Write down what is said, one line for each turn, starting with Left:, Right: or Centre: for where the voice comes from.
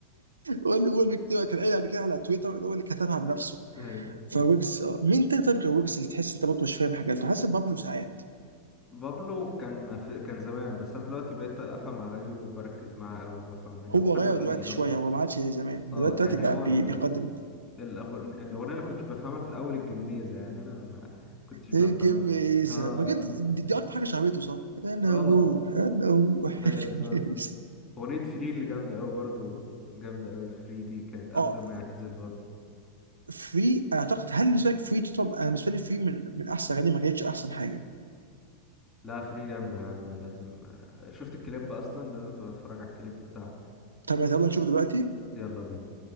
Right: هو اللي هو اللي كتبها كان قايل قبل كده على تويتر إن هو اللي كتبها بنفسه
Left: ايوه <laughs>
Right: فويجز آه. مين تاني طيب غير ويجز اللي تحس انت برضه مش فاهم حاجات حاسس بابلو ساعات
Left: بابلو كان في كان زمان بس انا دلوقتي بقيت افهم اغانيه وبركز معاها قوي بفهم منها
Right: هو
Left: بحب
Right: غير
Left: اغانيه
Right: دلوقتي
Left: قوي
Right: شويه هو ما عادش زي زمان دلوقتي
Left: اه يعني
Right: دلوقتي بقى
Left: هو
Right: بي-
Left: ال...
Right: بيقدم
Left: الأغن- الاغنيه اللي كنتش بفهمها في الاول الجميزه يعني انا ما كنتش بفهم
Right: ايه جميزه
Left: الج... اه
Right: بجد دي, دي اكتر حاجه شعبيته صح؟ انا
Left: اه
Right: اروح انا اروح
Left: ايوه
Right: <laughs> الجميزه
Left: بالظبط أغنية فري اللي جامدة أوي برضو جامدة أوي فري دي كانت قبل
Right: اه
Left: ما يعتزل برضو
Right: فري اعتقد هل بالنسبه لك فري تطلب انا بالنسبه لي فري من من احسن اغاني ما كانتش احسن حاجه
Left: لا فري جامدة يا عم لازم شفت الكليب أصلا لازم تبقى تتفرج على الكليب بتاع
Right: طب يلا نشوف دلوقتي
Left: يلا بينا